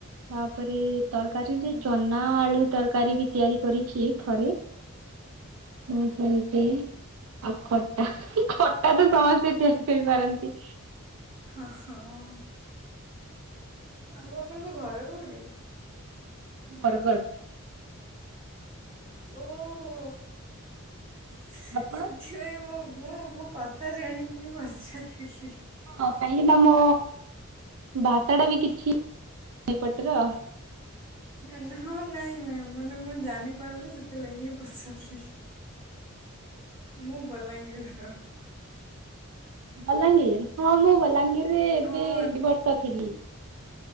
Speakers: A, on the right; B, on the right.
A: ତାପରେ ତରକାରୀରେ
B: ହୁଁ
A: ଚନା ଆଳୁ ତରକାରୀ ବି ତିଆରି କରିଛି ଥରେ ହଁ ସେ ଆଉ ଖଟା ହୁ ଖ ା ତ ସମସ୍ତେ ତିଆରି କରିପାରନ୍ତି।
B: ହଁ ହଁ। ଆଉ ଆପଣଙ୍କ ଘର କୋଉଠି?
A: ବର୍ଗଡ଼
B: ଓହୋ ସେଥିପାଇଁ
A: ଆପଣ
B: ମୁଁ ମୁଁ ମୋ କଥା ଜାଣିକିି ପଚାରି
A: ହଁ କାହିଁକିନା ମୋ ଭାଷା ଟା ବି କିଛି। ଏ ପଟରା
B: ହଁ ନାଇଁ ନାଇଁ ମାନେ ମୁଁ ଜାଣି ପାରିଲି ସେ ଲଗିି ପଚାରିଲି। ମୁଁ ବଲାଙ୍ଗୀର
A: ବଲାଙ୍ଗୀର ହଁ ମୁଁ ବଲାଙ୍ଗୀର ରେ ଏବେ
B: ହଁ
A: ଦି ବର୍ଷ ଥିଲି।